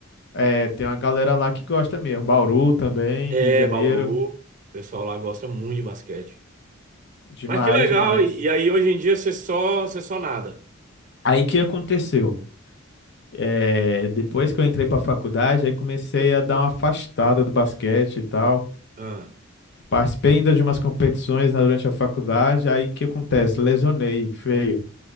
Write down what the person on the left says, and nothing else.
É, tem uma galera lá que gosta mesmo. Bauru também,
Rio de Janeiro.
Demais,
demais.
Aí que aconteceu? É, depois que eu entrei para a faculdade, aí comecei a dar uma afastada do basquete e tal.
Participei ainda de umas competições na- durante a faculdade. Aí que acontece? Lesionei, feio.